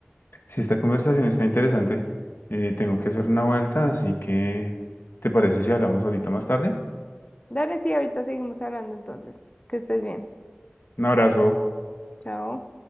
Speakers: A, on the left (about 65°); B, on the left (about 30°).
A: Si esta conversación está interesante, eh, tengo que hacer una vuelta, así que ¿te parece si hablamos ahorita más tarde?
B: Dale, sí, ahorita seguimos hablando entonces. Que estés bien.
A: Un abrazo.
B: Chao.